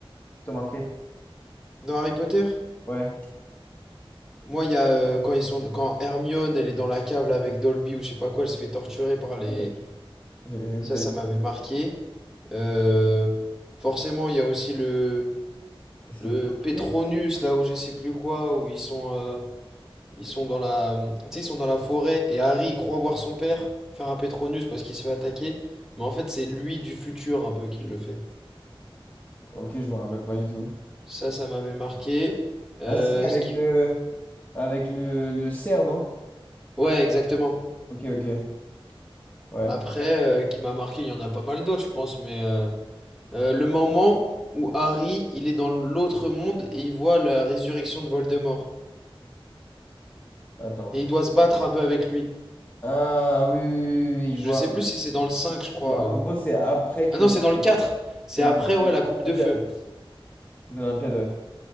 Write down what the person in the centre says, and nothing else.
Dans Harry Potter?
Moi, il y a euh, quand ils sont quand Hermione elle est dans la cave là, avec Dolby ou je sais pas quoi, elle se fait torturer par les
Ça,
ça m'avait marqué. Euh, forcément, il y a aussi le,
le
Petronus, là où je sais plus quoi, où ils sont, euh, ils sont dans la, tu sais, ils sont dans la forêt et Harry il croit voir son père faire un Petronus parce qu'il se fait attaquer. Mais en fait, c'est lui du futur un peu qui le fait.
Ça, ça m'avait marqué. Euh,
ce qui-
Ouais, exactement.
Après, euh, qui m'a marqué, il y en a pas mal d'autres, je pense, mais euh, euh, le moment où Harry, il est dans l'autre monde et il voit la résurrection de Voldemort.
Et il doit se battre un peu avec lui.
Je
sais plus si c'est dans le 5, je crois,
ou...
Ah non,
c'est
dans le
4. C'est
après, ouais, la coupe
de feu.